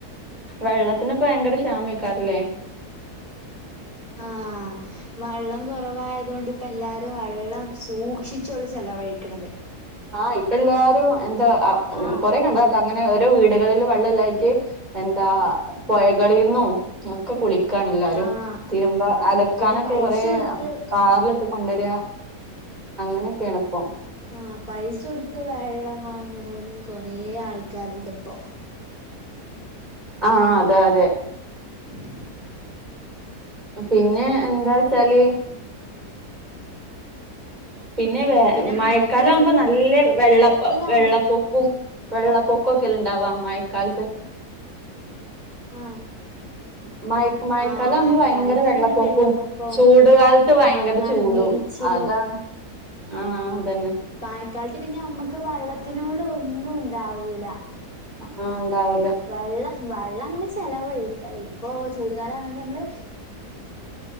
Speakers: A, on the right; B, on the left.
A: വെള്ളത്തിനൊക്കെ ഭയങ്കര ക്ഷാമായ്കാരല്ലെ
B: ആഹ് വെള്ളം കുറവായതു കൊണ്ട് ഇപ്പ എല്ലാരും വെള്ളം സൂക്ഷിച്ചോള് ചെലവഴിക്കന്നത്.
A: ആഹ്! ഇപ്പ എല്ലാരും എന്താ ആ മ്
B: ആഹ്
A: കൊറെ കണ്ടതാട്ടാ അങ്ങനെ ഓരോ വീടുകളില് വെള്ളം ഇല്ലായ് റ്റ് എന്താ പുഴകളിന്നോ ഒക്കെ കുളി ക്കാണ് എല്ലാരും
B: ആഹ്
A: തിരുമ്പ അലക്കാനൊക്കെ
B: പിന്നെ പൈസ
A: കൊറെ
B: കൊടുത്ത്
A: കാറിലിട്ട്
B: ആഹ്
A: കൊണ്ടരിക അങ്ങനെയൊക്കെയാണ് ഇപ്പം
B: ആഹ് പൈസ കൊടുത്ത് വെള്ളം വാങ്ങണോലും കൊറേ ആൾക്കാരുണ്ട് ഇപ്പൊ.
A: ആഹ് അതെ അതെ
B: <inaudible>
A: പിന്നെ എന്താച്ചാല് പിന്നെ വെ
B: പിന്നെ
A: മഴക്കാലം
B: മഴക്കാലത്ത്
A: ആവുമ്പോ നല്ല വെള്ളപ്പ
B: നമ്മൾ
A: വെള്ള പൊക്കും. വെള്ള പൊക്കൊക്കെല്ലാം ഉണ്ടാവാ മഴക്കാലത്ത്.
B: ആഹ്
A: <inaudible> മഴക്ക് മഴക്കാലം
B: ആഹ്
A: ആവുമ്പോ
B: മഴക്കാലത്ത്
A: ഭയങ്കര വെള്ളപ്പൊക്കും
B: പിന്നെ വെള്ളപ്പൊക്കവും
A: ചൂട് കാലത്ത് ഭയങ്കര
B: ആഹ് മണ്ണിടിച്ചിലും
A: ചൂടും. അതാണ്. ആഹ് അതന്നെ.
B: മഴക്കാലത്ത് പിന്നെ നമ്മക്ക് വെള്ളത്തിനോട് ഒന്നും ഉണ്ടാവൂല.
A: അ ആഹ് ഉണ്ടാവൂല
B: വെള്ള വെള്ളം അങ്ങനെ ചെലവഴിക്ക ഇപ്പൊ ചൂടുകാലായതോണ്ട് നമ്മള്